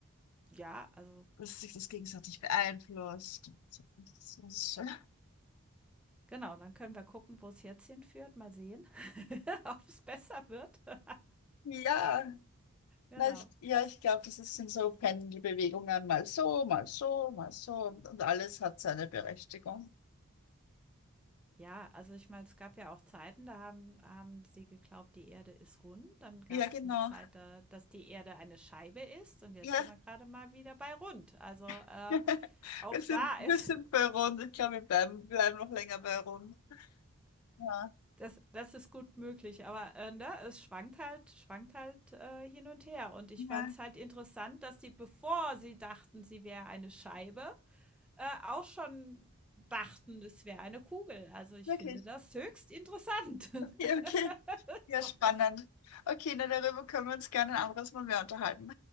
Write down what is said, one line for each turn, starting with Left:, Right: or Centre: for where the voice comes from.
Centre: Ja, also
Left: dass sich das gegenseitig beeinflusst. So, Das ist schon.
Centre: genau, dann können wir gucken, wo es jetzt hinführt. Mal sehen, <laughs> ob es besser wird. <laughs>
Left: Ja,
Centre: Genau.
Left: na, ich, ja, ich glaube, das ist- sind so Pendelbewegungen, mal so, mal so, mal so und, und alles hat seine Berechtigung.
Centre: Ja, also ich meine, es gab ja auch Zeiten, da haben, haben sie geglaubt, die Erde ist rund. Dann gab
Left: Ja,
Centre: es
Left: genau.
Centre: eine Zeit, da, dass die Erde eine Scheibe ist. Und jetzt
Left: Ja,
Centre: sind wir gerade mal wieder bei rund. Also äh,
Left: <laughs> wir
Centre: auch
Left: sind,
Centre: da
Left: wir
Centre: ist,
Left: sind
Centre: <laughs>
Left: bei Rund. Ich glaube, wir bleiben, bleiben noch länger bei Rund. Ja,
Centre: das, das ist gut möglich. Aber äh, ne, es schwankt halt, schwankt halt äh, hin und her. Und ich
Left: ja,
Centre: fand es halt interessant, dass die, bevor sie dachten, sie wäre eine Scheibe, äh, auch schon dachten, es wäre eine Kugel. Also ich
Left: wirklich.
Centre: finde das höchst interessant. <laughs>
Left: Ja, okay. Ja,
Centre: So.
Left: spannend. Okay, na, darüber können wir uns gerne ein anderes Mal mehr unterhalten.